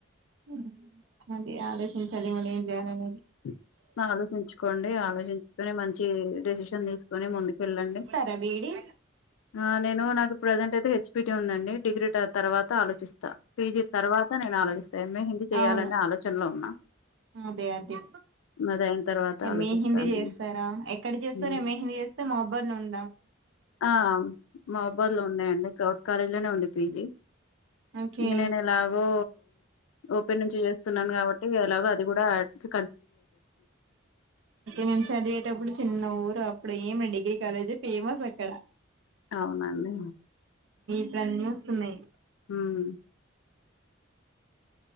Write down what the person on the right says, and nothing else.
ఉమ్ అదే ఆలోచించాలే ఏం చేయాలి అనేది
ఆ బీ ఈ డీ
అవును
అదే అదే
ఎంఏ
హిందీ చేస్తారా ఎక్కడ చేస్తార
ఎంఏ హిందీ చేస్తే మబాద్ లో ఉ
ఓకే
మేము చదివేటప్పుడు చిన్న ఊరు అప్పుడు ఏమి డిగ్రీ కాలేజ్ ఫేమస్ అక్కడ
ఇప్పుడు అన్ని వస్తున్నాయి.